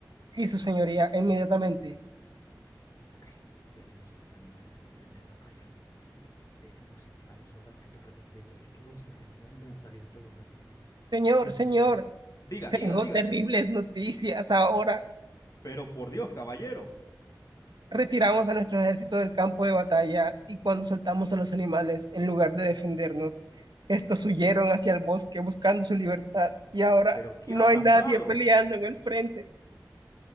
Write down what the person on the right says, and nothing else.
Sí, su señoría, inmediatamente.
Señor,
señor,
tengo
terribles noticias. Ahora
retiramos a nuestro ejército del campo de batalla y cuando soltamos a los animales, en lugar de defendernos, estos huyeron hacia el bosque buscando su libertad y ahora
no
hay nadie peleando en el frente.